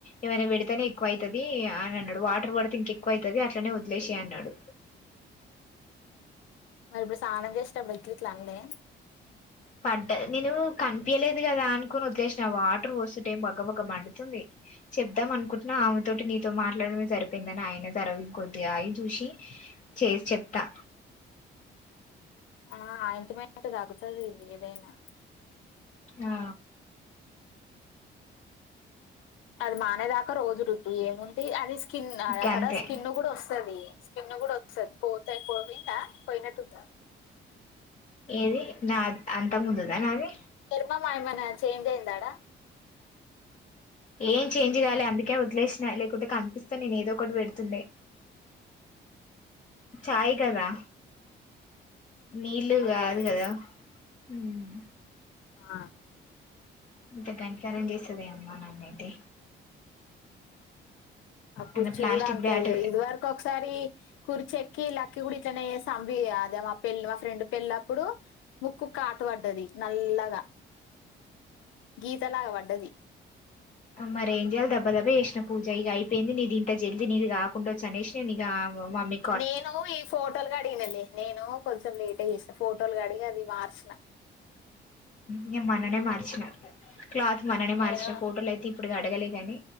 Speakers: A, on the left; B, on the left.
A: ఏమైనా పెడితేనే ఎక్కువ అయితది అని అన్నాడు వాటర్ పడితే ఇంక ఎక్కువ అయితది అట్లనే వదిలేసే అన్నాడు
B: మరి ఇప్పుడు స్నానం చేసేటప్పుడు ఇట్టిట్ల అన్లే
A: పడ్డ నేను కనిపియలేదు కదా అనుకుని ఒగ్గేసిన వాటర్ పోస్తుంటే బగ్గ బగ్గ మండుతుంది చెప్దాం అనుకుంటున్నా ఆమెతోటి నీతో మాట్లాడమే సరిపోయిందని ఆయన తరవి కొద్దిగా ఆగి చూసి చేసి చెప్తా
B: ఆ ఆయింట్మెంట్ తగ్గుతది ఏదైనా
A: ఆ
B: అది మానేదాకా రోజు రుద్దు ఏముంది అది స్కిన్ అక్కడ
A: గంతే
B: స్కిన్ కూడా వస్తది స్కిన్ కూడా స పోతాయి పోయిందా పోయినట్టుందా
A: ఏది నా అంత ముందుర నాది
B: చర్మం ఏమన చేంజ్ అయిందా ఆడా
A: ఏం చేంజ్ గాలే అందుకే వదిలేసినా లేకుంటే కనిపిస్తా నేను ఏదో ఒకటి పెడుతుండే చాయ్ కదా నీళ్ళు
B: అదే
A: కాదు
B: అదే
A: కదా ఉమ్
B: ఆ
A: ఇంత కనికరం చేసేది ఏమ్మా నన్నయితే
B: ఆ కుర్చీ
A: అన్న ప్లాస్టిక్
B: కూడా అంతే
A: బ్యాట్
B: ఇది వరకు ఒకసారి కూర్చెకి ఇ లక్కి కూడా ఇట్లనే సంబ అదే మా పెళ్ళ మా ఫ్రెండ్ పెళ్ళప్పుడు ముక్కు కాటు పడ్డది నల్లగా గీతలాగ పడ్డది
A: మరి ఏం చేయాలి దబ్బ దబ్బ చేసినా పూజ ఇక అయిపోయింది నీది ఇంత జల్ీ నీది రాకుండా వచ్చు అనేసి నేను ఇక మామ్మీ
B: నేను ఈ ఫోటోలుగా అడిగినలె నేను కొంచెం లేట్ అయ చేసిన ఫోటోలుగా అడిగి అది మార్చిన
A: నేను మొన్ననే మార్చిన క్లాత్ మననే మార్చిన
B: నేను
A: ఫోటోలు అయితే ఇప్పుడు అడగలే గాని